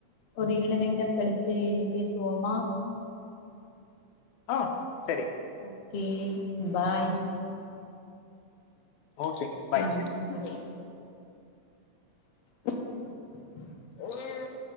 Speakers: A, on the left; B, on the left.
A: ஒரு இருவது நிமிடம் கழித்து பேசுவோமா
B: ஆ செரி
A: ஓகே பாய்
B: ஓகேங்க பாய்ங்க
A: ம் ஓகே <inaudible>